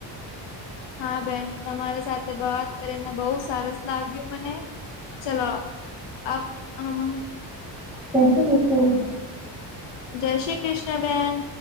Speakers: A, on the left; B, in the centre.
A: હા બેન તમારી સાથે વાત કરીને બહુ સરસ લાગ્યું મને. ચલો આ હમ.
B: જય શ્રી કૃષ્ણ.
A: જય શ્રી કૃષ્ણ બેન.